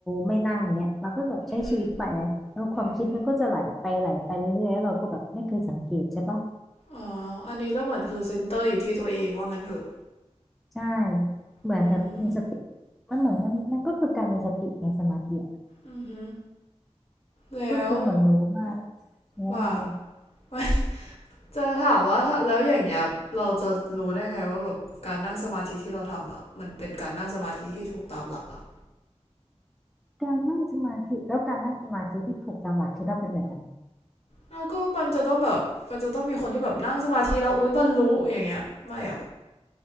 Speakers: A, in the centre; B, on the left.
A: ไม่นั่งเนี้ยเราก็แบบใช้ชีวิตไปแล้วความคิดมันก็จะไหลไปไหลไปเรื่อยๆแล้วเราก็แบบไม่เคยสังเกตใช่ปะ
B: อืมออืม อ๋ออันนี้ก็เหมือนคือเซ็นเตอร์อยู่ที่ตัวเองว่างั้นเถอะ
A: ใช่เหมือนแบบมีสติ
B: อืม
A: มันเหมือนมันมันก็คือการมีสติในสมาธิอะ
B: อือหือแล้ว
A: ก็คือเหมือนรู้ว่าแล้วอะไร
B: ว่า <laughs> จะถามว่าถ้าแล้วอย่างเงี้ยเราจะรู้ได้ไงว่าแบบการนั่งสมาธิที่เราทำอ่ะมันเป็นการนั่งสมาธิที่ถูกตามหลักเหรอะ
A: การนั่งสมาธิแล้วการนั่งสมาธิที่ถูกตามหลักคิดว่าเป็นแบบไหน
B: แล้วก็มันจะต้องแบบมันจะต้องมีคนที่แบบนั่งสมาธิแล้วอุ๊ยบรรลุอย่างเงี้ยไม่เหรอ